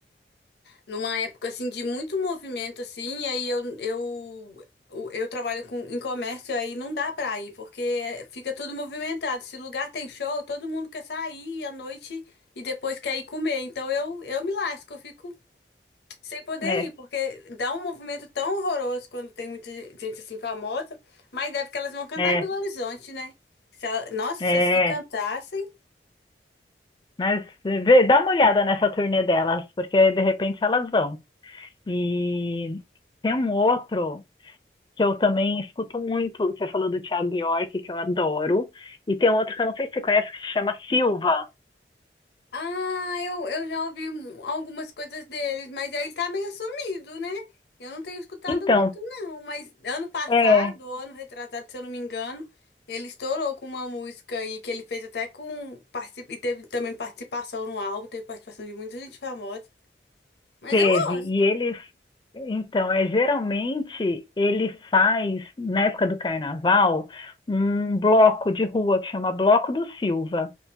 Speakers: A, on the left; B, on the left.
A: numa época assim de muito movimento assim, e aí eu eu eu, eu trabalho com em comércio, aí não dá pra ir, porque é- fica tudo movimentado. Se lugar tem show, todo mundo quer sair à noite e depois quer ir comer. Então eu eu me lasco, eu fico Sem poder
B: né?
A: ir, porque dá um movimento tão horroroso quando tem muita gente assim famosa, mas deve que elas vão cantar
B: É,
A: em Belo Horizonte, né? Se ela- Nossa,
B: é.
A: se cantassem.
B: Mas vê, dá uma olhada nessa turnê delas, porque de repente elas vão. E tem um outro que eu também escuto muito. Você falou do Thiago York, que eu adoro. E tem um outro que eu não sei se você conhece, que se chama Silva.
A: Ah, eu, eu já ouvi um- algumas coisas deles, mas ele tá meio sumido, né? Eu não tenho escutado
B: Então,
A: muito, não. Mas ano passado,
B: é.
A: ou ano retrasado, se eu não me engano, ele estourou com uma música aí que ele fez até com. partici- E teve também participação no álbum, teve participação de muita gente famosa. Mas
B: Teve,
A: eu gosto.
B: e ele, então, é geralmente ele faz, na época do carnaval, um bloco de rua que chama Bloco do Silva.